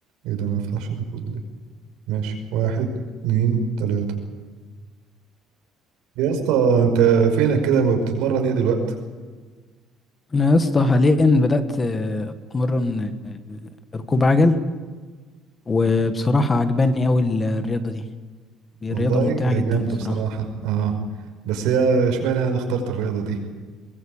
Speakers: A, on the right; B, on the left.
A: ايه ده ما يفتحش الريكورد ليه ماشي واحد اتنين تلاتة يا اسطى انت فينك كده ما بتتمرن ايه دلوقتي
B: انا يا اسطى حاليا بدات آه، اتمرن آه، ركوب عجل وبصراحه عجباني اوي ال- الرياضه دي دي
A: والله
B: رياضه ممتعه
A: هي
B: جدا
A: جامدة
B: بصراحه
A: بصراحة اه بس هي اشمعنى يعني اخترت الرياضة دي